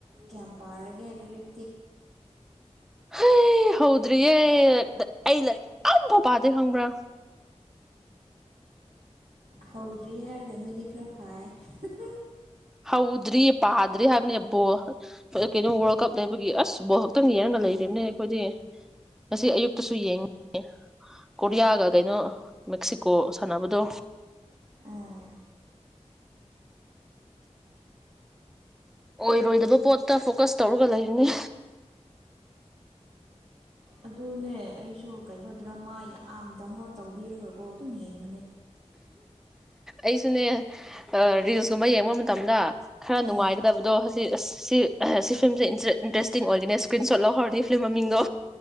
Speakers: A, on the right (about 75°); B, in the centre.
A: ꯀꯌꯥꯝ ꯄꯥꯔꯒꯦ ꯂꯥꯏꯔꯤꯛ
B: ꯍꯩ ꯍꯧꯗ꯭ꯔꯤꯌꯦ ꯑꯩ ꯂꯥꯏꯔꯤꯛ ꯑꯝꯐꯥꯎ ꯄꯥꯗꯦ ꯈꯪꯕ꯭ꯔꯥ
A: ꯍꯧꯗ꯭ꯔꯤ ꯍꯥꯏꯔꯒ ꯅꯣꯏꯗꯤ ꯈꯔ ꯐꯥꯏ
B: ꯍꯧꯗ꯭ꯔꯤ ꯄꯥꯗ꯭ꯔꯤ ꯍꯥꯏꯕꯅꯦ ꯕꯣꯜ ꯀꯩꯅꯣ ꯋꯥꯔꯜ ꯀꯞ ꯂꯩꯕꯒꯤ ꯑꯁ ꯕꯣꯜ ꯈꯛꯇꯪ ꯌꯦꯡꯉꯒ
A: ꯑꯥ
B: ꯂꯩꯔꯤꯕꯅꯦ ꯑꯩꯈꯣꯏꯗꯤ ꯉꯁꯤ ꯑꯌꯨꯛꯇꯁꯨ ꯌꯦꯡꯉꯤ ꯀꯣꯔꯤꯌꯥꯒ ꯀꯩꯅꯣ ꯃꯦꯛꯁꯤꯀꯣ ꯁꯥꯟꯅꯕꯗꯣ
A: ꯑꯥ
B: ꯑꯣꯏꯔꯣꯏꯗꯕ ꯄꯣꯠꯇ ꯐꯣꯀꯁ ꯇꯧꯔꯒ ꯂꯩꯔꯤꯅꯤ
A: ꯑꯗꯨꯅꯦ ꯑꯩꯁꯨ ꯀꯩꯅꯣ ꯗ꯭ꯔꯃꯥ ꯌꯥꯝ ꯗꯥꯎꯟꯂꯣꯗ ꯇꯧꯕꯤꯔꯒꯀꯣ ꯑꯗꯨꯝ ꯌꯦꯡꯉꯤ
B: ꯑꯩꯁꯨꯅꯦ ꯑꯥ ꯔꯤꯜꯁ ꯨꯝꯕ ꯌꯦꯡꯕ ꯃꯇꯝꯗ ꯈꯔ ꯅꯨꯡꯉꯥꯏꯒꯗꯕꯗꯣ
A: ꯑꯥ
B: ꯍꯧꯖꯤꯛ ꯑꯁ ꯁꯤ ꯁꯤ ꯐꯤꯂꯝꯁꯦ ꯏꯟꯇꯔꯦꯁꯇꯤꯡ ꯑꯣꯏꯒꯅꯦ ꯁ꯭ꯀ꯭ꯔꯤꯟ ꯁꯣꯠ ꯂꯧꯍꯧꯔꯅꯤ ꯐꯤꯂꯝ ꯃꯡꯗꯣ